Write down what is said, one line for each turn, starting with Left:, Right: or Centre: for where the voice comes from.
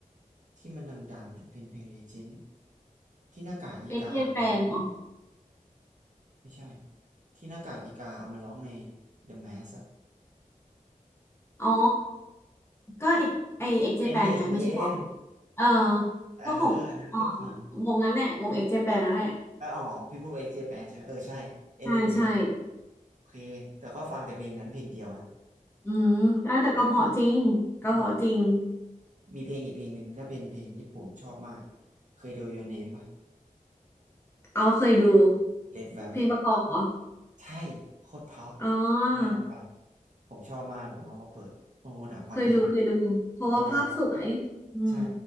Right: ที่มันดังๆน่ะเป็นเพลงเลเจนด์ที่หน้ากากอีกาเอามาร้อง
Left: เอ็กเจแปนอ๋อ
Right: ไม่ใช่ที่หน้ากากอีกาเอามาร้องใน The Mask อะ
Left: อ๋อ ก็เอกไอเอ็กเจแปนไงไม่ใช่หรอ
Right: Endless Lane
Left: เออ
Right: เอออันนั้นก็ฟัง
Left: ก็ของอ๋อวงนั้นแหละวงเอ็กเจแปนนั่นแหละ
Right: เอออ๋อพี่พูดไปเจแปนใช่ไหมเออใช่ Endless
Left: ใช่ใช่
Right: Lane โอเคแต่ก็ฟังแต่เพลงนั้นเพลงเดียวนะ
Left: อืมแล้วแต่ก็เพราะจริงก็เพราะจริง
Right: <laughs> แล้วก็มีอืมมีเพลงอีกเพลงหนึ่งถ้าเป็นเพลงญี่ปุ่นชอบมากเคยดู Your Name ป่ะ
Left: อ๋อเคยดู
Right: Red Vamp
Left: เพลงประกอบเหรอ
Right: ใช่โคตรเพราะ
Left: อ๋อ
Right: ต้องไปลองฟังผมชอบมากผมเอามาเปิดบางคนถามฟังเพลงเลย
Left: เคยดูเคยดูเพราะว่าภาพสวยอืม
Right: ผมก็บอกว่า ใช่